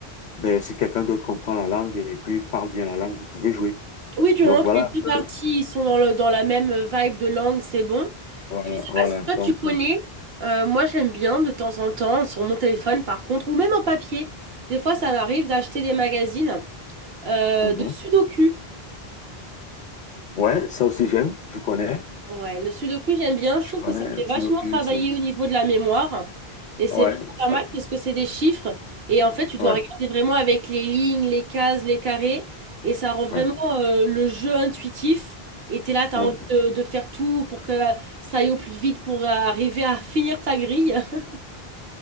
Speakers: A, on the left (about 60°); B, on the right (about 70°).
A: ben, si quelqu'un d'autre comprend la langue et puis parle bien la langue, vous pouvez jouer.
B: Oui, du moment
A: Donc
B: que
A: voilà,
B: les
A: un
B: deux parties
A: peu.
B: ils sont dans le, dans la même euh, vibe de langue, c'est bon.
A: voilà,
B: Je sais
A: voilà.
B: pas si toi
A: Donc,
B: tu connais,
A: euh,
B: euh, moi j'aime bien de temps en temps, sur mon téléphone par contre, ou même en papier. Des fois, ça m'arrive d'acheter des magazines euh,
A: mhm.
B: de Sudoku.
A: Ouais, ça aussi j'aime, je connais.
B: Ouais, le sudoku, j'aime bien. Je
A: Je
B: trouve
A: connais
B: que ça fait
A: Sudoku,
B: vachement travailler
A: c'est...
B: au niveau de la mémoire. Et c'est
A: Ouais,
B: vraiment pas
A: ça-
B: mal parce que c'est des chiffres. Et en fait, tu dois
A: ouais,
B: regarder vraiment avec les lignes, les cases, les carrés. Et ça rend vraiment
A: ouais.
B: euh, le jeu intuitif. Et t'es là, t'as
A: mm-hmm.
B: envie de, de faire tout pour que ça aille au plus vite pour euh, arriver à finir ta grille. <laughs>